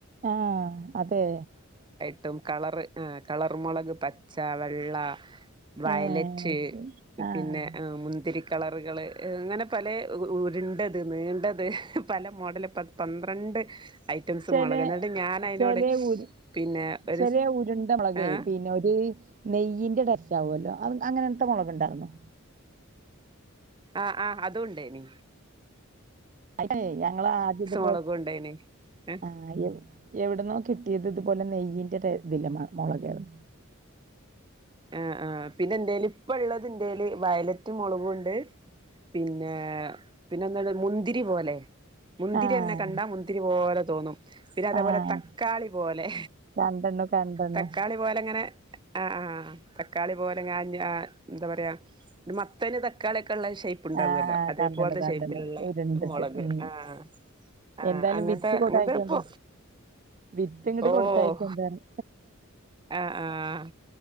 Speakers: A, on the right; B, on the right.
A: ആഹ് അതേ
B: ട്ടും കളറ് ആഹ് കളറ്മൊളക് പച്ച വെള്ള വയലറ്റ്
A: ഏഹ് അത് ശരി ആഹ്
B: പിന്നെ അ മുന്തിരി കളറ്കള് അങ്ങനെ പലേ ഉ ഉര്ണ്ട് ത് നീണ്ടത് പല മോഡല് പത് പന്ത്രണ്ട് ഐറ്റംസ്
A: ചെലെ
B: മുളക് എന്നിട്ട് ഞാൻ അതിനോട്
A: ചെലേ ഉര്
B: പിന്നെ ഒരു
A: ചെലേ ഉര്ണ്ട മാെളകേ
B: ഏ
A: പിന്നെ ഒര് നെയ്യ്ന്റെ ടെസ്റ്റാവാെല്ലോ അങ് അങ്ങനെത്തെ മൊളക്ണ്ടാർന്നോ
B: ആഹ് ആഹ് അതുണ്ടേനീ
A: അതേ ഞങ്ങളാദ്യം ഇത്പോലെ
B: മുളകും ഉണ്ടേനി ഏ
A: ആഹ് എവ് എവ്ട്ന്നോ കിട്ടിയത് ഇത്പോലെ നെയ്യ് ഇന്റെതേര്ന്നില്ല മ മൊളെകെരം
B: ആഹ് ആഹ് പിന്നെ ന്റേല് ഇപ്പള്ളത് ന്റേല് വയലറ്റ് മൊളകുണ്ട് പിന്നെ പിന്നെ എന്താള്ള് മുന്തിരി പോലെ മുന്തിര്യെന്നെ
A: ആഹ്
B: കണ്ടാ മുന്തിരി പോലെ തോന്നും പിന്നെ അതേപോലെ
A: ആഹ്
B: തക്കാളി പോലെ
A: കണ്ടണ്ണു കണ്ടണ്ണു
B: തക്കാളി പോലെങ്ങനെ ആഹ് ആഹ് തക്കാളി പോലെ കാഞ്ഞ ന്താ പറയാ മത്തന് തക്കാളി ക്കള്ള ഷേ്പ് ഉണ്ടാാവല്ലോ
A: ആഹ്
B: അതേപോലത
A: കണ്ടണ്ണു കണ്ടണ്ണു
B: ഷേപ്പിലുള്ള
A: ഉരുണ്ടിട്ട്
B: മുളക്
A: ഉം
B: ആഹ് ആഹ്
A: എന്തായാലും
B: അങ്ങനത്തെ
A: വിത്ത് കൊടായിക്കൊണ്ട്
B: അങ്ങനത്തെ ഇപ്പൊ
A: വിത്ത് ഇങ്ങട്ട്
B: ഓഹ്
A: കൊടുത്തയക്കണ്ടാന്ന്
B: ആഹ് ആഹ്